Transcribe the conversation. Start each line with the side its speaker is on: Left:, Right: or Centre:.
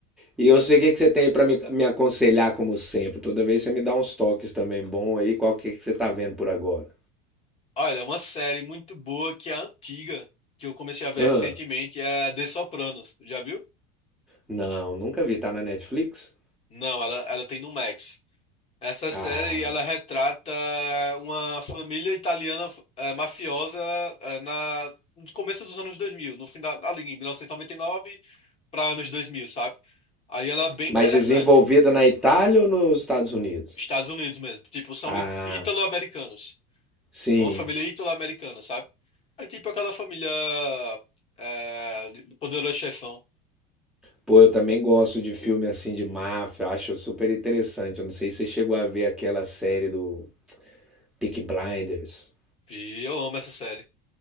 Centre: E eu sei o que que você tem aí pra me, me aconselhar, como sempre. Toda vez você me dá uns toques também bom aí. Qual que, que você tá vendo por agora?
Left: Olha, uma série muito boa que é antiga, que eu comecei a ver
Centre: Ah,
Left: recentemente, é The Sopranos. Já viu?
Centre: não, nunca vi. Tá na Netflix?
Left: Não, ela, ela tem no Max. Essa
Centre: Ah,
Left: série, ela retrata uma família italiana eh, mafiosa eh, na, no começo dos anos 2000, no final, ali em 1999 para anos 2000, sabe? Aí ela é bem
Centre: mas
Left: interessante.
Centre: desenvolvida na Itália ou nos Estados Unidos?
Left: Estados Unidos mesmo. Tipo, são
Centre: Ah,
Left: í- ítalo-americanos.
Centre: sim.
Left: É uma família ítalo-americana, sabe? É tipo aquela família eh, do Poderoso Chefão.
Centre: Pô, eu também gosto de filme assim de máfia. Acho super interessante. Eu não sei se você chegou a ver aquela série do Peaky Blinders.
Left: E eu amo essa série,